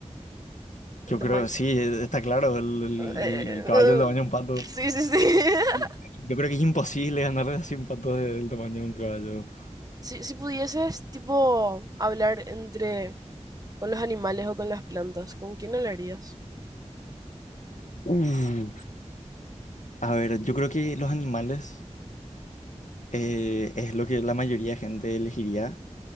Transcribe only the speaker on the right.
El
tamaño.
Eh,
<laughs> eh,
sí, sí, sí. <laughs>
Si, si pudieses, tipo, hablar entre con los animales o con las plantas, ¿con quién hablarías?